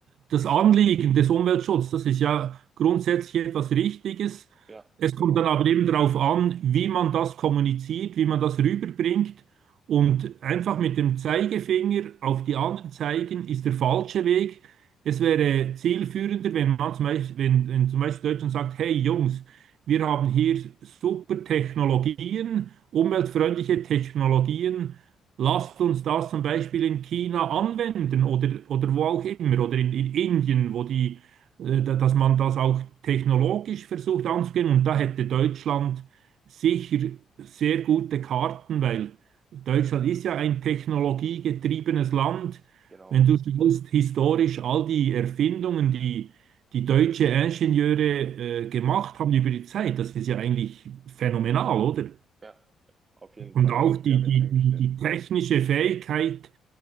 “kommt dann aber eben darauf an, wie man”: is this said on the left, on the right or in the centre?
Right